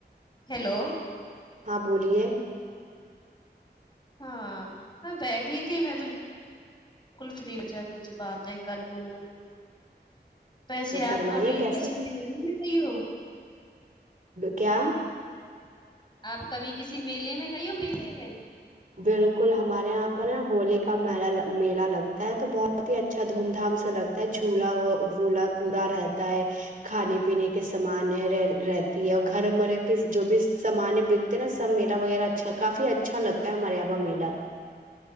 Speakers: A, on the left (about 25°); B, on the right (about 50°).
A: ہیلو <unintelligible>
B: ہاں بولیے
A: ہاں میں بیٹھی تھی میں بکل بالکل فری بچ کچھ باتیں کر لوں پیسے
B: تو فرمائیے
A: آپ کا بھی
B: کیسے
A: کسی میں کہی ہو
B: کیا
A: آپ کبھی کسی میلے میں گ ہو میلے میں
B: بالکل ہمارے یہاں پر نا ہولی کا م میلا لگتا ہے تو بہت ہی اچھا دھوم دھام سے لگتا ہے جھولا وھولا پورا رہتا ہے کھانے پینے کے سامان رہ رہتی ہے اور گھر مرے کے جو بھی سامان بکتے ہیں نا سب میلا وغیرہ اچھا کافی اچھا لگتا کیا مرے پا میلہ